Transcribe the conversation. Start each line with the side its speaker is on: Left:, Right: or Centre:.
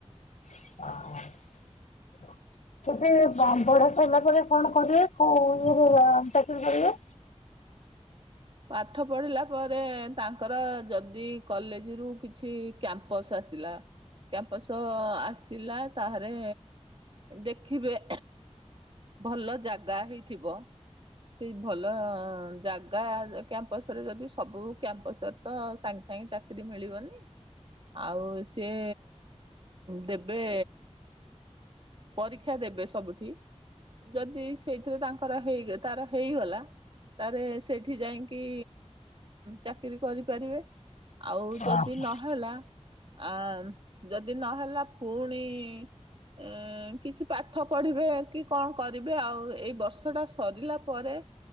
Left: <unintelligible> ସେଠି ପଢା ସରିଲା ପରେ କଣ କରିବେ କୋଉ ଇଏରେ ଚାକିରି କରିବେ।
Right: ପାଠ ପଢିଲା ପରେ ତାଙ୍କର ଯଦି କଲେଜ ରୁ କିଛି କ୍ୟାମ୍ପସ ଆସିଲା। କ୍ୟାମ୍ପସ ଆସିଲା ତାହେଲେ ଦେଖିବେ। ଭଲ ଜାଗା ହେଇଥିବ। ସେଇ ଭଲ ଜାଗା କ୍ୟାମ୍ପସରେ ଯଦି ସବୁ କ୍ୟାମ୍ପସରେ- ତ ସାଙ୍ଗେ ସାଙ୍ଗେ ଚାକିରି ମିଳିବନି। ଆଉ ସିଏ ଦେବେ। ପରୀକ୍ଷା ଦେବେ ସବୁଠି। ଯଦି ସେଇଥିରେ ତାଙ୍କର ହେଇ ତାର ହେଇଗଲା। ତାରେ ସେଠି ଯାଇଁକି ଚାକିର କରିପାରିବେ। ଆଉ ଯଦି
Left: ଓହୋ।
Right: ନହେଲା ଆ ଯଦି ନହେଲା ପୁଣି ଉଁ କିଛି ପାଠ ପଢିବେ କି କଣ କରିବେ ଆଉ ଏଇ ବର୍ଷଟା ସରିଲା ପରେ।